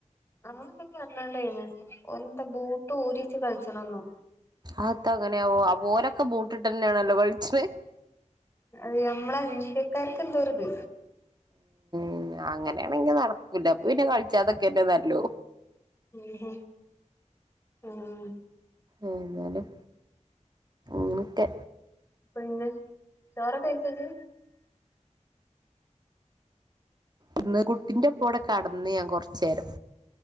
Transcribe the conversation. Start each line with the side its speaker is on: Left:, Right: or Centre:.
Left: അങ്ങനെ എന്തോ പറഞ്ഞണ്ടായിരുന് എന്താ ബൂട്ട് ഊരിവച്ച് കളിച്ചണംന്നോ
Right: അത് ഇത്ത അങ്ങനെ ഓ ഒരൊക്കെ ബൂട്ടിട്ട് തന്നെയാണല്ലോ കളിച്ചത്
Left: അത് നമ്മളെ ഇന്ത്യക്കാർക്ക് എന്തോരിത്
Right: ഉം അങ്ങനെയാണെങ്കി നടക്കൂല അപ്പൊ പിന്നെ കളിച്ചാ അതൊക്കെനല്ലു
Left: ഉം ഉം
Right: ഉം എന്നാലും അങ്ങനക്കെ
Left: പിന്നെ ചോറ് കഴിച്ചോത്
Right: ഒന്ന് കുട്ടിന്റെ കൂടെ കിടന്ന് ഞാൻ കുറച്ച് നേരം